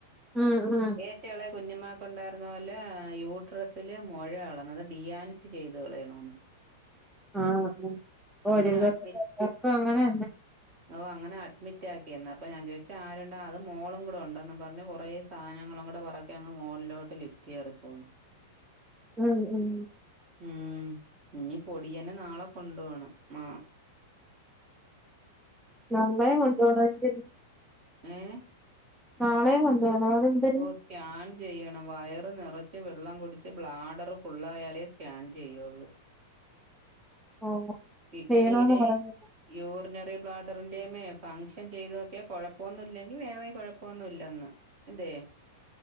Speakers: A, in the centre; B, on the right (about 35°).
A: ഉം ഉം
B: ഏറ്റ എളേ കുഞ്ഞുമാക്ക്ണ്ടായിരുന്ന പോലെ യൂട്രസില് മൊഴകള് അത്‌ ഡിയൻസി ചെയ്ത് കളയണംന്ന്
A: ആ
B: അങ്ങനെ
A: ഓര് <inaudible> എല്ലർക്കും
B: അഡ്മിറ്റ്
A: അങ്ങനെ
B: ഓ അങ്ങനെ അഡ്മിറ്റക്കിന്ന് അപ്പൊ ഞാൻ ചോദിച്ചാ ആരൊണ്ട് അത് മോളും കൂടെ ഉണ്ട് എന്നും പറഞ്ഞ് കൊറേ സാധങ്ങളുടെ പറക്കെ അങ്ങ് മോളിലോട്ട് ലിഫ്റ്റ് കേറി പോണ്
A: ഉം ഉം
B: ഉം ഇനി പൊടിയനെ നാളെ കൊണ്ട് പോണം മാ
A: <unintelligible> കൊണ്ടുപോണായിരിക്കും
B: മ്
A: നാളേയും കൊണ്ട് പോണോ അതെന്തര്
B: സ്കാൻ ചെയ്യണം വയറ് നിറച്ച് വെള്ളം കുടിച്ച് ബ്ലാഡർ ഫുള്ളായാലേ സ്കാൻ ചെയ്യോള്
A: ഓഹ്
B: കിഡ്നിടെ
A: ചെയ്യണോന്ന് പറഞ്ഞു
B: യൂറിനറി ബ്ലാഡറിന്റേം മേ ഫംഗ്ഷൻ ചെയ്തോക്കിയ കൊഴപ്പൊന്നുല്ലെങ്കി വേറെ കൊഴപ്പൊന്നുല്ലന്ന് ഇന്തേ